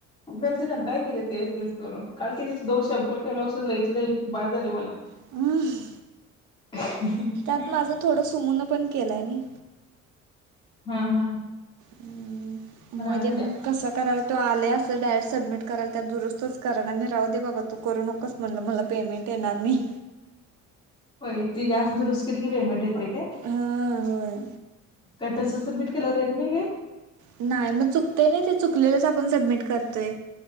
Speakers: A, on the left; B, on the right.
A: गर्दी घंटा येत ग तेच तेच करून काल किती दोन शंभर किलो असून ल इथलं बाज झाले मला
B: हं
A: <inaudible>
B: त्यात माझं थोडं सूमनाप पण केलाय नाही
A: हा हा
B: हुं
A: कोणाला
B: मध्ये
A: तर द्या
B: मग कस करा तो आलय असं डायरेक्ट सबमिट करायला त्यात दुरुस्तच करना मी राहू दे बाबा तू करू नकोस म्हटलं मला पेमेंट येणार नाही.
A: होय ते जास्त दुरुस्त केलं की पेमेंट येतंय काय?
B: हा होय
A: काय तसं सबमिट केल्यावर येत नाही हे
B: नाही मग चुकतय नाही ते चुकलेलंच आपण सबमिट करतोय.